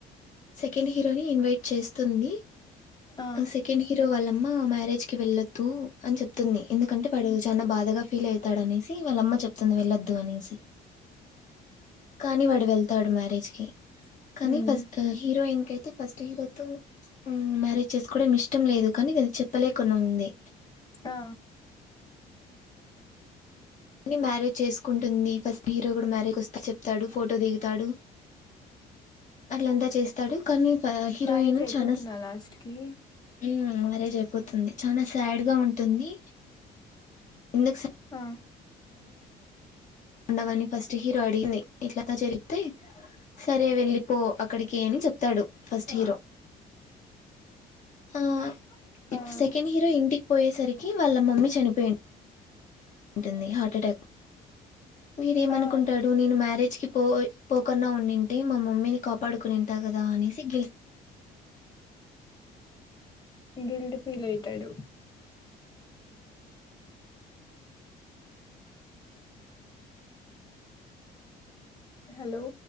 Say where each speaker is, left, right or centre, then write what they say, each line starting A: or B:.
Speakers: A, on the left; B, on the left.
A: సెకండ్ హీరో ని ఇన్వైట్ చేస్తుంది
B: ఆ
A: సెకండ్ హీరో వాళ్ళమ్మ మ్యారేజ్కి వెళ్ దు అని చెప్తుంది ఎందుకంటే వాడు చాలా బాధగా ఫీల్ అయితాడు అనేసి వాళ్ళమ్మ చెప్ ప్తుంది వెళ్ళద్దు అనేసి కానీ వాడు వెళ్తాడు మ్యారేజ్ కి కానీ
B: ఉమ్
A: ఫస్ట్ హీరోయిన్ కైతే ఫస్ట్ హీరోతో మ్ మ్యారేజ్ చేసుకోవడం ఇష్టం లేదు కానీ అది చెప్పలేకని ఉంది
B: ఆ
A: కానీ మ్యారేజ్ చేసుకుంటుంది ఫస్ట్ హీరో కూడా మ్యారేజ్ వస్తే చెప్తాడు ఫోటో దిగుతాడు అట్లంతా చేస్తాడు కానీ హీరోయిన్
B: మ్యారేజ్ అయిపోతుందా
A: చన
B: లాస్ట్ కి
A: మ్మ్ రేజ్ అయిపోతుంది చాన సాడ్ గా ఉంటుంది ఎందుక్
B: ఆ
A: ఉండమని ఫస్ట్ హీరో అడిగింది ఇట్ల అంత జరిగితే సరే వెళ్ళిపో అక్కడికి అని చెప్తాడు ఫస్ట్
B: ఆ
A: హీరో ఆ ఇప్పుడు
B: ఆ
A: సెకండ్ హీరో ఇంటికి పోయేసరికి వాళ్ళ మమ్మీ చనిపోయి ఉంటుంది హార్ట్ అటాక్ వీడేమనుకుంటాడు
B: ఆ
A: నేను మ్యారేజ్ కి పోయ్ పోకన్నా ఉన్ని ఉంటే మా మమ్మీని కాపాడుకొని ఉంటా కదా అనేసి గిల్ అ
B: గిల్ట్ ఫీల్ అయితాడు హలో